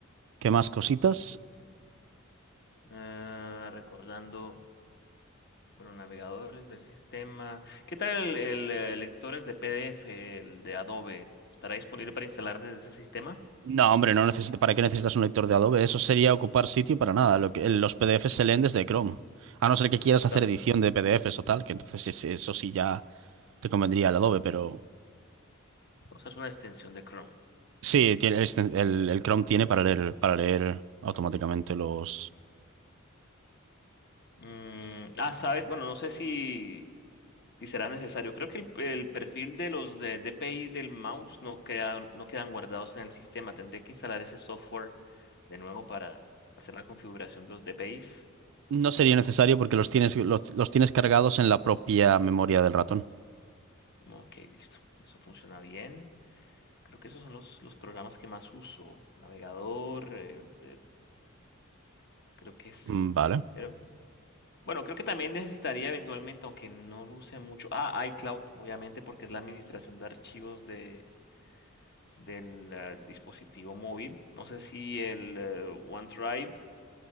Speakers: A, on the right; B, on the left.
A: ¿Qué más cositas?
B: Ah, recordando. Bueno, navegadores del sistema. ¿Qué tal el, el, eh, lectores de PDF, el de Adobe? ¿Estará disponible para instalar desde ese sistema?
A: No, hombre, no necesito. ¿Para qué necesitas un lector de Adobe? Eso sería ocupar sitio para nada. Lo que, los PDFs se leen desde Chrome. A no ser que quieras
B: O sea,
A: hacer edición de PDFs o tal, que entonces es- eso sí ya te convendría el Adobe, pero
B: o sea, es una extensión de Chrome.
A: Sí, tiene, es- el, el Chrome tiene para leer, para leer automáticamente los...
B: Mm, ah, sabes, bueno, no sé si, si será necesario. Creo que el, el perfil de los de DPI del mouse no queda no quedan guardados en el sistema. Tendré que instalar ese software de nuevo para hacer la configuración de los DPIs.
A: No sería necesario porque los tienes, los, los tienes cargados en la propia memoria del ratón.
B: Ok, listo. Eso funciona bien. Creo que esos son los, los programas que más uso. Navegador, eh, eh, creo que sí.
A: Mm, Vale.
B: Pero, bueno, creo que también necesitaría eventualmente, aunque no lo use mucho. Ah, iCloud, obviamente, porque es la administración de archivos de, del eh, dispositivo móvil. No sé si el eh, OneDrive,